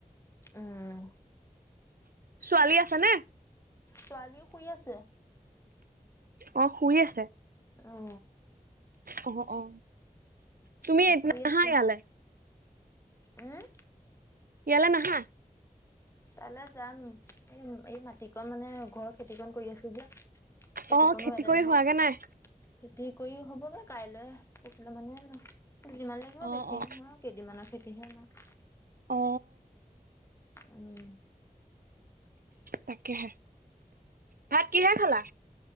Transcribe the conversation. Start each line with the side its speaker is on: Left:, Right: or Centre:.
Left: উম।
Right: ছোৱালী আছে নে?
Left: ছোৱালীও শুই আছে।
Right: অ শুই আছে?
Left: অঁ।
Right: অ অ। তুমি এদিন
Left: শুই
Right: নাহা
Left: আছে
Right: ইয়ালে?
Left: উম
Right: ইয়ালে নাহা?
Left: তালে যাম এই এই মাটিকণ মানে ঘৰৰ খেতি কন কৰি আছো যে। খেতিকনো
Right: অ খেতি
Left: এদায়
Right: কৰি
Left: হওক।
Right: হোৱাগে নাই
Left: খেতি কৰি হ'বগে কাইলে পখিলে মানে, দুদিমান লাগিব
Right: অ
Left: বেছি
Right: অ
Left: নহয়। কেইদিনমানৰ খেতিহে আমাৰ।
Right: অ
Left: উম।
Right: তাকেহে ভাত কিহে খালা?